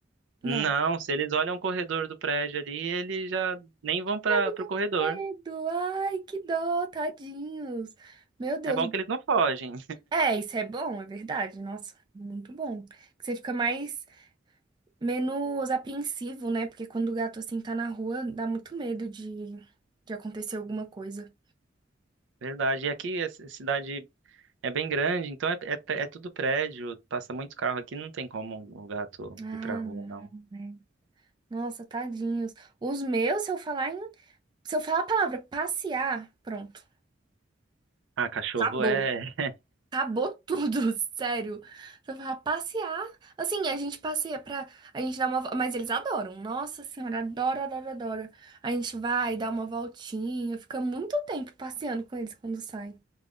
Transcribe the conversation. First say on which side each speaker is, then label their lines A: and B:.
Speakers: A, on the right; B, on the right.
A: Não,
B: Não.
A: se eles olham o corredor do prédio ali, eles já nem vão para
B: Eu fico
A: o corredor.
B: com medo. Ai, que dó, tadinhos. Meu Deus.
A: É bom que eles não fogem,
B: É, isso é bom, é verdade. Nossa, muito bom. Que Você fica mais, menos apreensivo, né? Porque quando o gato assim tá na rua, dá muito medo de, de acontecer alguma coisa.
A: verdade. E aqui a ci- cidade é bem grande, então é, é, é tudo prédio, passa muito carro aqui, não tem como o gato
B: Ah,
A: ir pra rua,
B: não,
A: não.
B: né? Nossa, tadinhos. Os meus, se eu falar em, se eu falar a palavra passear, pronto.
A: Ah, cachorro
B: Acabou.
A: é.
B: Acabou tudo, <laughs> sério. Só pra passear. Assim, a gente passeia pra. A gente dá uma. vo- Mas eles adoram. Nossa senhora, adora, adora, adora. A gente vai, dá uma voltinha. Fica muito tempo passeando com eles quando saem.